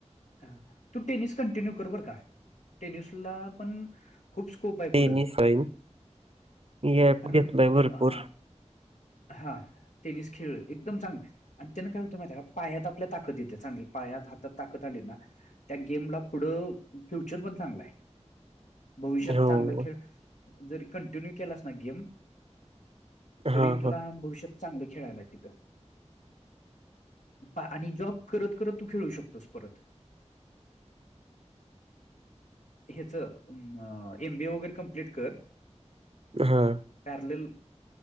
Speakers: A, on the left (about 85°); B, on the right (about 55°).
A: ह तू टेनिस कंटिन्यू कर बर का टेनिसला पण खूप स्कोप आहे
B: टेनिस
A: पुढं
B: राहील. गॅप
A: कारण
B: घेतलाय भरपूर.
A: अ हां. टेनिस खेळ एकदम चांग आणि त्यानं काय होतं माहिती का पायात आपल्या ताकद येते चांगली पायात हातात ताकत आले ना त्या गेमला पुढं फ्युचर पण चांगलंय. भविष्यात
B: हो.
A: चांगला खेळ जरी कंटिन्यू केलास ना गेम तरी
B: हां,
A: तुला
B: हां.
A: भविष्यात चांगलं खेळाला आहे तिथ आणि जॉब करत करत. तू खेळू शकतोस परत. ह्याच एमबी ए वगैरे कम्प्लीट कर.
B: हा.
A: पॅरलेल